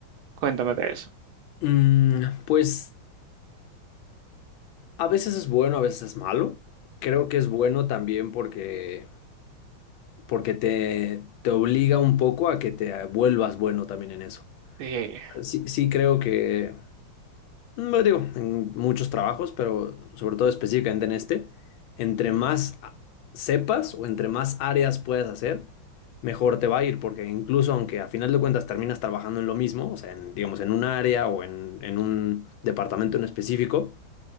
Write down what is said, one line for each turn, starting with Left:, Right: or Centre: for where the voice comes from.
Right: Cuéntame de eso.
Left: Mm, pues a veces es bueno, a veces es malo. Creo que es bueno también porque, porque te, te obliga un poco a que te vuelvas bueno también en eso.
Right: Eh,
Left: Sí, sí creo que, No digo, en muchos trabajos, pero sobre todo específicamente en este, entre más a- sepas o entre más áreas puedas hacer, mejor te va a ir, porque incluso aunque a final de cuentas terminas trabajando en lo mismo, o sea, en, digamos, en un área o en, en un departamento en específico,